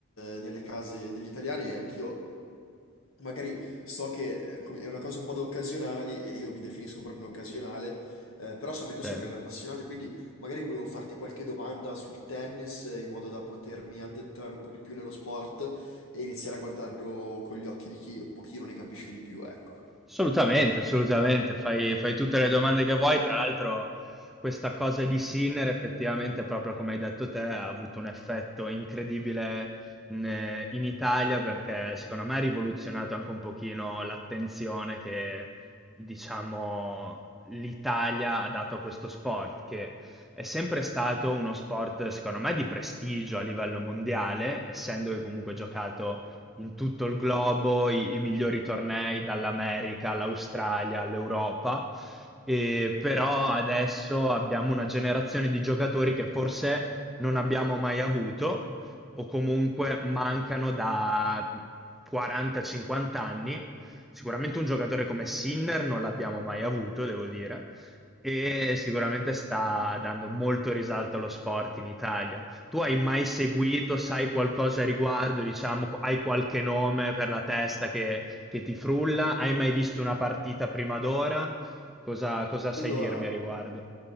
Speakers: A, on the left; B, in the centre.
A: nelle case degli italiani e anch'io magari so che eh, come- è una cosa un po' da occasionali e io mi definisco proprio un occasionale, eh, però so che tu
B: te.
A: sei un grande appassionato, quindi magari volevo farti qualche domanda sul tennis eh, in modo da potermi addentrare un po' di più nello sport e iniziare a guardarlo con gli occhi di chi un pochino ne capisce di più, ecco.
B: Assolutamente, assolutamente. Fai, fai tutte le domande che vuoi. Tra l'altro, questa cosa di Sinner, effettivamente, proprio come hai detto te, ha avuto un effetto incredibile in, in Italia perché secondo me ha rivoluzionato anche un pochino l'attenzione che, diciamo, l'Italia ha dato a questo sport, che è sempre stato uno sport, secondo me, di prestigio a livello mondiale, essendo che comunque giocato in tutto il globo i, i migliori tornei dall'America all'Australia all'Europa. E però adesso abbiamo una generazione di giocatori che forse non abbiamo mai avuto o comunque mancano da 40-50 anni. Sicuramente un giocatore come Sinner non l'abbiamo mai avuto, devo dire, e sicuramente sta dando molto risalto allo sport in Italia. Tu hai mai seguito, sai qualcosa a riguardo, diciamo, qu- hai qualche nome per la testa che, che ti frulla? Hai mai visto una partita prima d'ora? Cosa, cosa
A: Allora,
B: sai dirmi a riguardo?